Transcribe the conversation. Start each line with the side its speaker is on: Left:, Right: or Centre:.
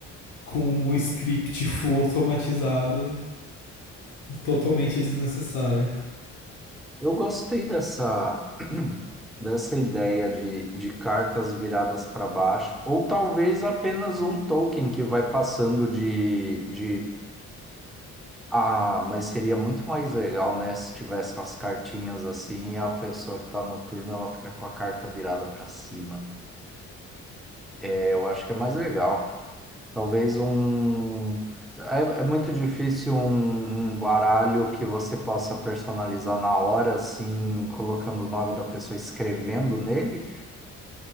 Left: com um script full automatizado, totalmente desnecessário.
Centre: Eu gostei dessa, <clears throat> dessa ideia de, de cartas viradas para baixo, ou talvez apenas um token que vai passando de, de. Ah, mas seria muito mais legal, né, se tivesse as cartinhas assim e a pessoa que está no turno ela fica com a carta virada para cima. É, Eu acho que é mais legal. Talvez um. É, é muito difícil um, um baralho que você possa personalizar na hora, assim, colocando o nome da pessoa, escrevendo nele.